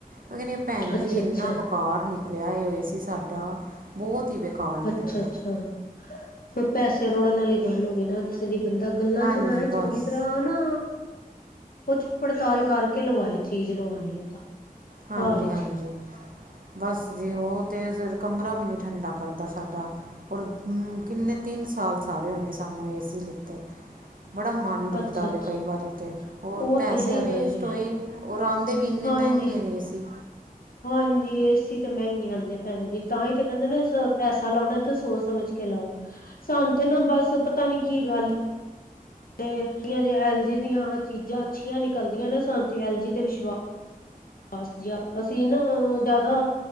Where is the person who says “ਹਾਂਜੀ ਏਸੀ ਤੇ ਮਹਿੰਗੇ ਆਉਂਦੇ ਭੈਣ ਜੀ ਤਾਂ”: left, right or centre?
Left